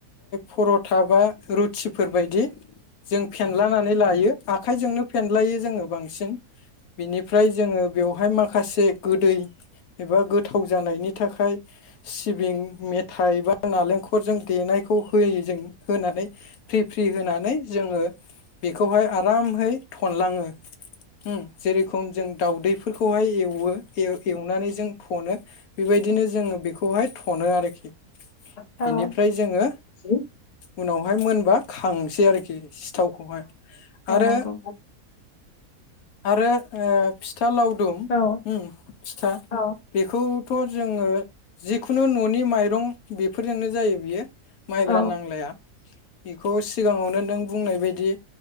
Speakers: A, on the left; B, on the left.
A: पर'था बा रुटिफोरबायदि जों फेनलानानै लायो आखाइजोंनो फेनलायो जोङो बांसिन बिनिफ्राय जोङो बेवहाय मा खासे गोदै एबा गोथाव जानायनि थाखाय सिबिं मेथाइ बा नालेंखरजों देनायखौ होयो जों होनानै फ्रि फ्रि होनानै जोङो बेखौहाय आरामहै थनलाङो ओम जे रखम जों दाउदैफोरखौहाय एवो एवनानै जों थनो बेबायदिनो जोङो बेखौहाय थनो आरोखि
B: औ
A: बिनिफ्राय जोङो
B: <inaudible>
A: उनावहाय मोनबा खांसै आरोखि सिथावखौहाय आरो
B: नंगौ
A: आरो ओ फिथा लावदुम
B: औ
A: ओम फिथा
B: औ
A: बेखौथ' जोङो जिखुनु न'नि माइरं बेफोरजोंनो जायो बियो माइब्रा
B: औ
A: नांलाया बेखौ सिगाङावनो नों बुंनाय बदि